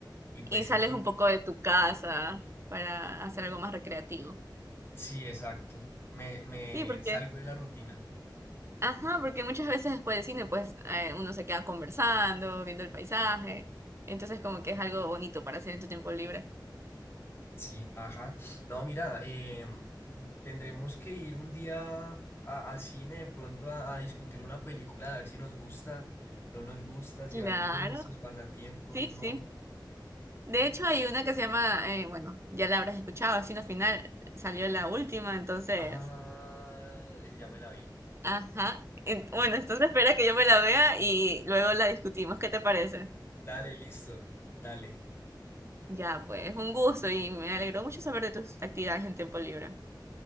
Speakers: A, on the left; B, on the right.
A: y pues
B: Y sales
A: eso,
B: un poco de tu casa para hacer algo más recreativo.
A: sí, exacto. Me, me
B: Sí, porque,
A: salgo de la rutina.
B: ajá, porque muchas veces después del cine, pues eh, uno se queda conversando, viendo el paisaje. Entonces, como que es algo bonito para hacer en tu tiempo libre.
A: Sí, ajá. No, mira, em, tendremos que ir un día a- al cine de pronto a, a discutir una película, a ver si nos gusta, no nos gusta, si
B: Claro,
A: va dentro de nuestros pasatiempos,
B: sí,
A: no.
B: sí. De hecho, hay una que se llama, eh, bueno, ya la habrás escuchado, Destino Final, salió la última, entonces,
A: Ah, eh, ya me la vi.
B: ajá. En- bueno, entonces espera que yo me la vea y luego la discutimos, ¿qué te parece?
A: Dale, listo. Dale,
B: Ya, pues, un gusto y me alegró mucho saber de tus actividades en tiempo libre.